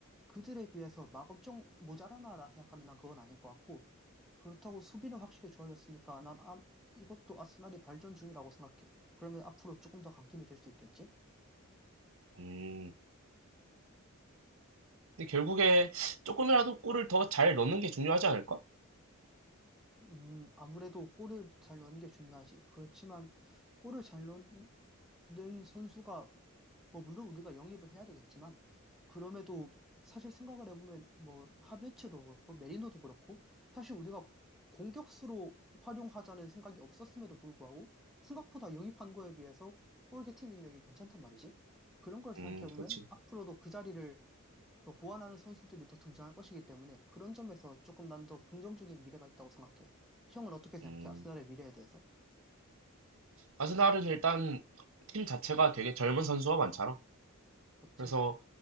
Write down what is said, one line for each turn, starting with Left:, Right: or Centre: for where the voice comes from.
Centre: 그들에 비해서 막 엄청 모자라나라 생각하면 난 그건 아닌 것 같고 그렇다고 수비는 확실히 좋아졌으니까 난 아, 이것도 아스날이 발전 중이라고 생각해. 그러면 앞으로 조금 더 강팀이 될 수 있겠지?
Right: 음. 근데 결국에 조금이라도 골을 더 잘 넣는 게 중요하지 않을까?
Centre: 음, 아무래도 골을 잘 넣는 게 중요하지. 그렇지만 골을 잘 넣는 선수가 뭐 물론 우리가 영입을 해야 되겠지만 그럼에도 사실 생각을 해보면 뭐 하베츠도 그렇고 메리노도 그렇고 사실 우리가 공격수로 활용하자는 생각이 없었음에도 불구하고 생각보다 영입한 거에 비해서 골게팅 능력이 괜찮단 말이지. 그런 걸 생각해보면
Right: 음, 그렇지.
Centre: 앞으로도 그 자리를 더 보완하는 선수들이 더 등장할 것이기 때문에 그런 점에서 조금 난 더 긍정적인 미래가 있다고 생각해. 형은 어떻게 생각해?
Right: 음.
Centre: 아스날의 미래에 대해서?
Right: 아스날은 일단 팀 자체가 되게 젊은 선수가 많잖아.
Centre: 그렇지?
Right: 그래서